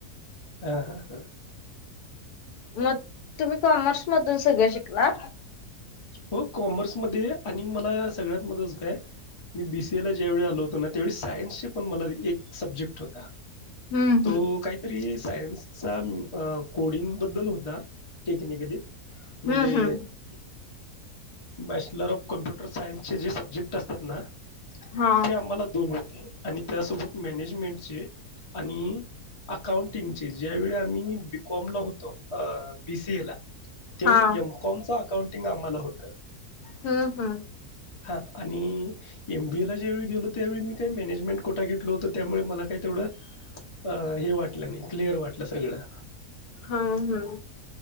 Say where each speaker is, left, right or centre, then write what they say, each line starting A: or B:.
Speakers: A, on the left (about 40°); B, on the left (about 75°).
A: हां हां ह.
B: म तुम्ही कॉमर्स मधून सगळं शिकला?
A: हो कॉमर्समध्ये, आणि मला सगळ्यात महत्त्वाचं काय? मी बी सी ए ला ज्यावेळी आलो होतो ना, त्यावेळी सायन्सचे पण मला एक सब्जेक्ट होता.
B: हम्म
A: तो काहीऽ तरी सायन्सचा कोडिंग बद्दल होता, टेक्निकली.
B: हम्म
A: म्हणजे
B: हम्म हम्म
A: बॅचलर ऑफ कम्प्युटर सायन्सचे जे सब्जेक्ट असतात ना, ते
B: हा
A: आम्हांलाऽ दोन होते, आणि त्यासोबत मॅनेजमेंटचे, आणिऽ अकाउंटिंगचे, ज्यावेळी आम्ही बीकॉम ला होतो, बी सी ए ला. त्यावेळी
B: हा
A: एमकॉमच अकाउंटिंग आम्हांला होतं.
B: ह.. हा.....
A: हां, आणिऽ एम बी ए ला ज्या वेळी गेलो, त्यावेळी मी काही मॅनेजमेंट कोटा घेतलो होतो, त्यामुळे मला काय तेवढंऽ अ हे वाटलं नाही, क्लिअर वाटलं सगळं.
B: हा, हा.